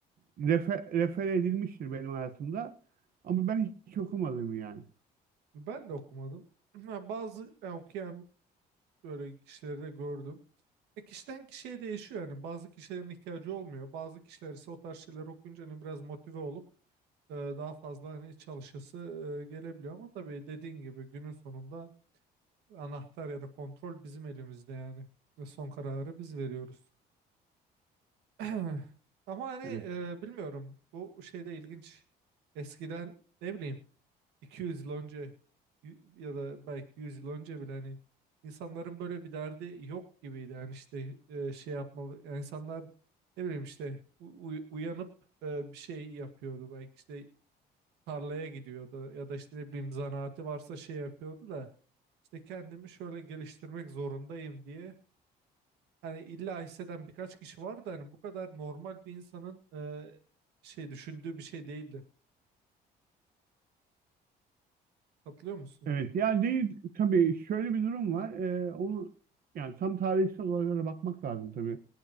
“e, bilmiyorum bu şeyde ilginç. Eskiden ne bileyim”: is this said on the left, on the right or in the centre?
Right